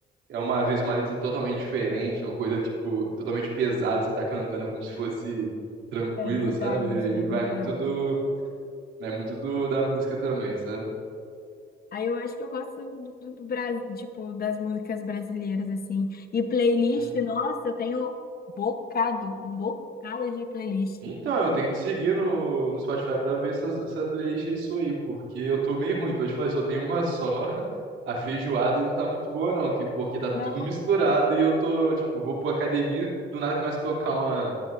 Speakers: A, on the right (about 75°); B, on the left (about 50°).
A: é uma vez uma letra totalmente diferente, uma coisa tipo totalmente pesada, você tá cantando como se fosse tranquilo,
B: É verdade,
A: sabe? Aí
B: é
A: vai
B: verdade.
A: muito do é muito do, da música também, sabe?
B: Aí eu acho que eu gosto do, do, do Bras- tipo, das músicas brasileiras, assim. E playlist,
A: Uhum.
B: nossa, eu tenho bocado, um bocado de playlist.
A: Então, eu tenho que te seguir no, no Spotify pra ver essas, essa playlist e isso aí, porque eu tô meio ruim, que eu te falei, só tem uma só, <laughs> a feijoada, e não tá muito boa não, que, porque tá tudo
B: Não,
A: misturado e eu tô, tipo, vou pra academia, do nada começa a tocar uma,